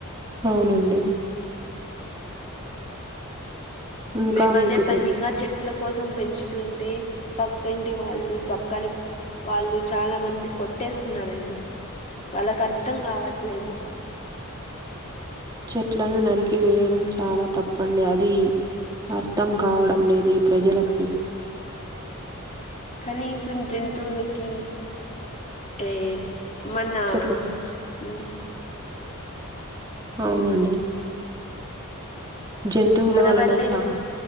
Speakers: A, on the right (about 20°); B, on the left (about 35°).
A: అవునండి ఇంకా
B: మేమదే
A: మీకు
B: పన్నీగా
A: తెలుసు
B: చెప్ చెట్ల కోసం పెంచుతుంటే పక్కంటి వాళ్ళు పక్కన వాళ్ళు చాలా మంది కొట్టేస్తున్నారండి. వాళ్ళకు అర్థం కావట్లేదు
A: చెట్లను నరికి వేయడం చాలా తప్పండి అది అర్థం కావడం లేదు ఈ ప్రజలకి
B: కనిసం జంతువులకి తేమ్ మన
A: చెప్పండి
B: హ్మ్మ్
A: అవునండి జంతువుల
B: మన
A: వలన
B: వల్లే
A: చానా